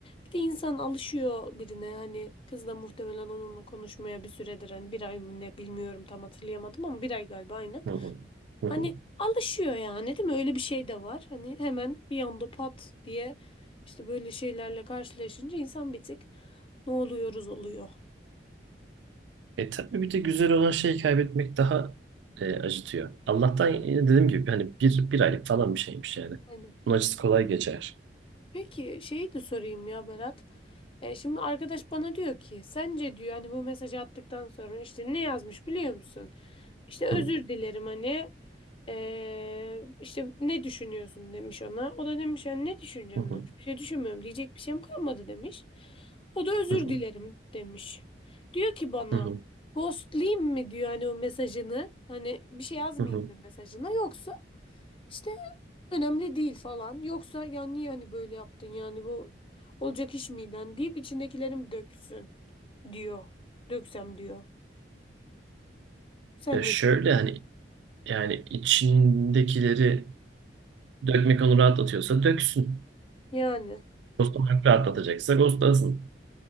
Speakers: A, on the left (about 30°); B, on the right (about 85°).
A: bir de insan alışıyor birine hani kız da muhtemelen onunla konuşmaya bir süredir hani bir ay mı ne bilmiyorum tam hatırlayamadım ama bir ay galiba aynen.
B: Hı hı. Hı
A: Hani
B: hı.
A: alışıyor yani değil mi öyle bir şey de var hani hemen bir anda pat diye işte böyle şeylerle karşılaşınca insan bir tık ne oluyoruz oluyor.
B: E tabii bir de güzel olan şeyi kaybetmek daha e, acıtıyor. Allah'tan
A: Aynen
B: yine dediğim gibi hani bir, bir aylık falan bir şeymiş yani.
A: aynen.
B: Bunun acısı kolay geçer.
A: Peki şeyi de sorayım ya Berat. E şimdi arkadaş bana diyor ki sence diyor hani bu mesajı attıktan sonra işte ne yazmış biliyor musun? İşte özür
B: Hı.
A: dilerim hani e, işte ne düşünüyorsun demiş ona. O da demiş yani ne düşüneceğim
B: Hı hı.
A: demiş. Bir şey düşünmüyorum diyecek bir şeyim kalmadı demiş. O da özür
B: Hı hı.
A: dilerim demiş. Diyor ki bana
B: Hı hı.
A: ghostlayayım mi diyor hani o mesajını. Hani bir şey yazmayayım
B: Hı hı.
A: mı mesajına yoksa işte önemli değil falan. Yoksa ya niye hani böyle yaptın yani bu Olacak iş miyden deyip içindekilerim döksün diyor. Döksem diyor. Sen
B: Ya
A: ne
B: şöyle
A: diyorsun?
B: hani yani içindekileri dökmek onu rahatlatıyorsa döksün.
A: Yani.
B: Ghostlamak rahatlatacaksa ghostlasın.